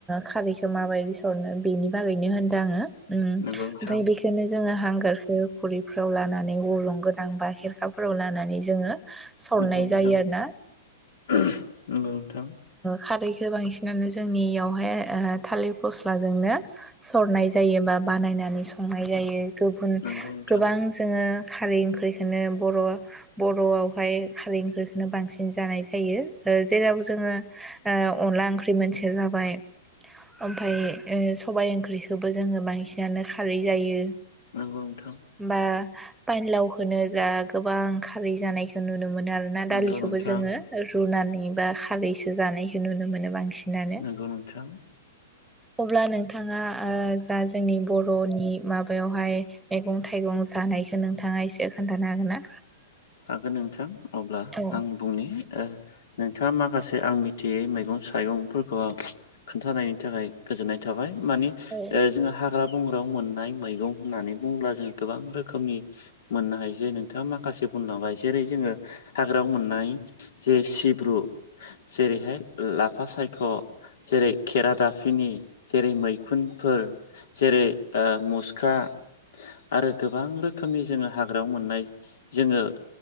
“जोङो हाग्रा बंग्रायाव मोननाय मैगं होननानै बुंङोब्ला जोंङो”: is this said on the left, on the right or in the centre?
Left